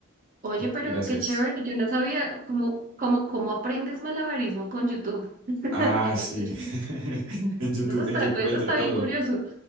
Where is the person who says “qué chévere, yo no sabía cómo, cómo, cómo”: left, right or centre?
Right